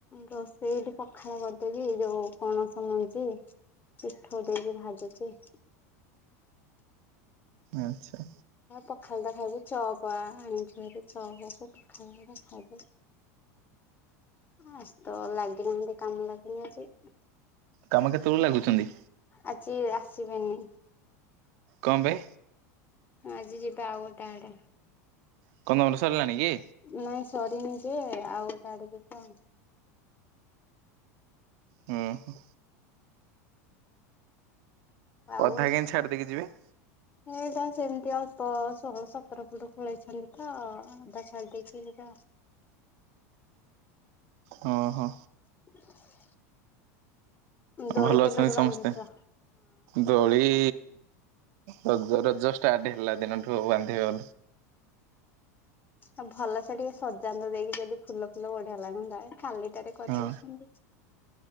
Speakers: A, on the left; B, on the right.
A: ରୋଷେଇଠି ପଖାଳ କରିଦେଛି ଯୋଉ ପନସ ମଞ୍ଜି ପିଷ୍ଠ ଦେବି ଭାଜୁଛି।
B: ଆଚ୍ଛା
A: ପଖାଳ ଦେ ଖାଇବୁ ଚପ ଆଣିଛୁ ଚବବୁ ପଖାଳ ଖାଇବୁ। ଆ ତ ଲାଗିନାହାନ୍ତି କାମ ଲାଗିନି ଆଜି।
B: କାମ କେତେବେଳେ ଲାଗୁଛନ୍ତି?
A: ଆଜି ଆସିବେନି।
B: କମ୍ବେ।
A: ଆଜି ଯିବା ଆଉ ଗୋଟେ ଆଡେ।
B: <unintelligible> ସରିଲାଣି କି
A: ନାଇଁ ସରିନି ଯେ ଆଉଟାଡିକ କଣ।
B: ହଁ ହ।
A: ଆଉ।
B: ଅଧା କେମୀତି ଛାଡ଼ି ଦେଇକି ଯିବେ।
A: ଏଇଟା ସେମିତି ଅଳ୍ପ ଷୋହଳ ସତର ଫୁଟ ଖୋଳେଇଛନ୍ତି ତ ଅଧା <inaudible>
B: ହଁ ହୋ।
A: <inaudible> ଦୋଳି
B: ଭଲ
A: କେବେଠୁ
B: ଅଛନ୍ତି
A: ବାନ୍ଧୁଛ?
B: ସମସ୍ତେ? ଦୋଳି ରଜ ରଜ ଷ୍ଟାର୍ଟ ହେଲା ଦିନଠୁ ବାନ୍ଧିବା
A: ଆଉ ଭଲସେ ଟିକେ ସଜାନ୍ତ ଦେଇକି ଯଦି ଫୁଲ ଫୁଲ ବଢିଆ ଲାଗନ୍ତା ଖାଲି ଟାରେ। କରି
B: ହଁ
A: ଦଉଛନ୍ତି